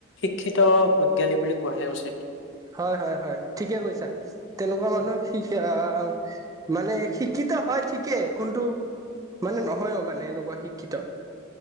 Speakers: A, on the left (about 60°); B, on the right (about 15°).
A: শিক্ষিত অজ্ঞানী বুলি কোৱাহে উচিত।
B: হয়', হয়', হয়', ঠিকে কৈছা, তেনেকুৱা মানুহক
A: উম
B: শি আ মানে শিক্ষিত হয়' ঠিকেই কোনটো মানে নহয়ও মানে এনেকুৱা শিক্ষিত।